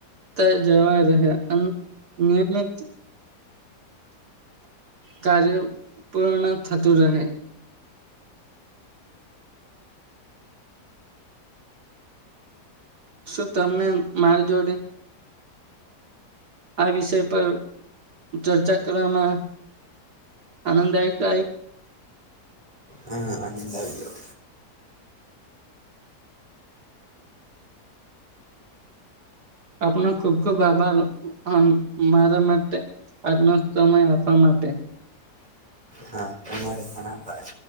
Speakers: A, on the right; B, on the right.
A: તા જવાઈ રહે અને નિયમિત કાર્ય પૂર્ણ થતું રહે. શું તમને મારી જોડે આ વિષય પર ચર્ચા કરવામાં આનંદાઇક <unintelligible>
B: હા આનંદ આવ્યો.
A: આપનો ખુબ ખુબ આભાર આમ મારા માટે આજનો સમય આપવા માટે.
B: હા તમારે પણ આભાર.